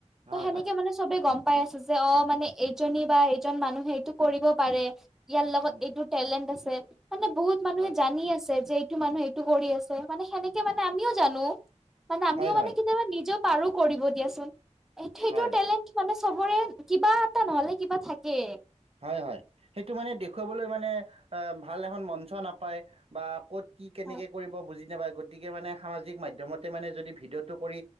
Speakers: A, in the centre; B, on the right.
A: ত'
B: হয়
A: সেনেকে
B: হয়
A: মানে চবে গম পাই আছে যে, অ মানে এইজনী বা এজন মানুহে এইটো কৰিব পাৰে ইয়াৰ লগত
B: উম
A: এইটো টেলেণ্ট আছে মানে বহুত মানুহে
B: হয়
A: জানি আছে যে মানুহ এইটো কৰি আছে মানে সেনেকে মানে আমিও জানো মানে আমিও
B: হয়
A: মানে
B: হয়
A: কেতিয়াবা নিজক পাৰো কৰিব দিয়া চোন, সেইটো
B: হয়,
A: টেলেণ্ট মানে চবৰে কিবা এটা নহলে কিবা থাকে।
B: হয় হয়, সেইটো মানে দেখুৱাবলৈ মানে আ ভাল এখন মঞ্চ নাপায় বা ক'ত কি কেনেকে
A: হয়
B: কৰিব বুজি নাপাই গতিকে মানে সামাজিক মাধ্যমতে মানে যদি ভিডিঅটো কৰি